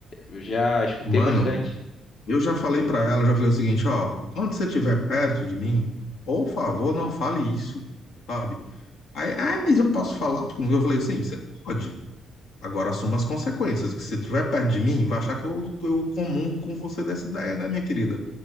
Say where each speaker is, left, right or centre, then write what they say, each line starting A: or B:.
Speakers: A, on the left; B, on the left.
A: Eu já escutei
B: Mano,
A: bastante.
B: Eu já falei pra ela, já falei o seguinte, ó, quando você estiver perto de mim, por favor, não fale isso, sabe? Aí, ah, mas eu posso falar? Eu falei, sim, você pode. Agora assuma as consequências, que se estiver perto de mim, vai achar que eu, eu comungo com você dessa ideia, né, minha querida?